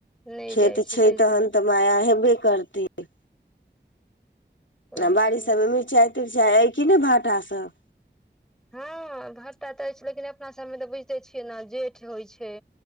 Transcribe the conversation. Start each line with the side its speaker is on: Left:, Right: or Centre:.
Centre: नहि
Left: खेत
Centre: जाइ
Left: छै
Centre: ताहि
Left: तहन
Centre: दुआरे
Left: तऽ माया हेबे करतै। ह।
Centre: ओएह
Left: बाड़ि
Centre: दुआरे
Left: सबमें मिरचाई-तीरचाई अय। कि ने भाटा सब।
Centre: हँ भट्टा तऽ अछि लेकिन अपना सबमें तऽ बुझिते छियै ने जेठ होइ छै।